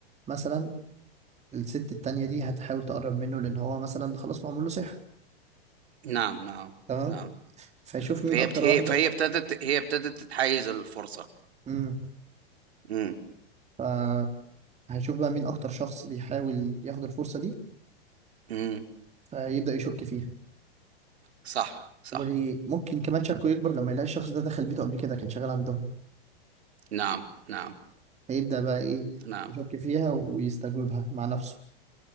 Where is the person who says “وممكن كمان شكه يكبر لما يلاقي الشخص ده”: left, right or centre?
Right